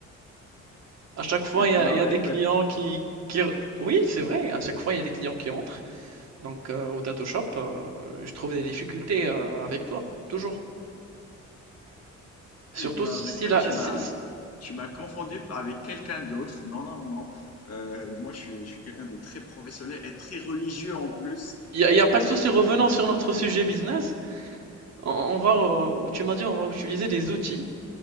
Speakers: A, on the right; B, on the left.
A: À chaque fois, il y
B: Non,
A: a, il y a
B: écoute,
A: des clients qui, qui... Oui, c'est vrai, à chaque fois, il y a des clients qui entrent. Donc, euh, au tattoo shop, euh, je trouve des difficultés euh, avec toi, toujours. Surtout
B: non,
A: si
B: je crois
A: la...
B: que tu
A: si-
B: m'as
A: si-
B: tu m'as confondu avec quelqu'un d'autre. Non, non, non. Euh, moi, je suis, je suis quelqu'un de très professionnel et très religieux en plus.
A: Il n'y a, il y a pas de souci revenant
B: Pour,
A: sur notre sujet business. On on va, euh, tu m'as dit, on va utiliser des outils